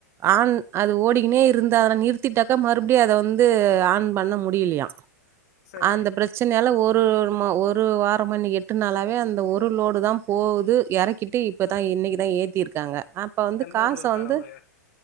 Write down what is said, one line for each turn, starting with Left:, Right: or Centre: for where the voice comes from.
Right: ஆன் அது ஓடிகினே இருந்தாரா நிறுத்திட்டாக்கா மறுப்டியு அத வந்து ஆன் பண்ண முடியிலயா
Left: சரி
Right: அந்த பிரச்சனயாலா ஒ ரு ம ஒரு வாரமான்னு எட்டு நாளாவே அந்த ஒரு லோடு தா போவுது எறக்கிட்டு இப்பதா இன்னைக்குதா ஏ த்திருக்காங்க அப்ப வந்து
Left: எந்த
Right: காச
Left: ஊர்ல இருக்காரு
Right: வந்து
Left: அவரு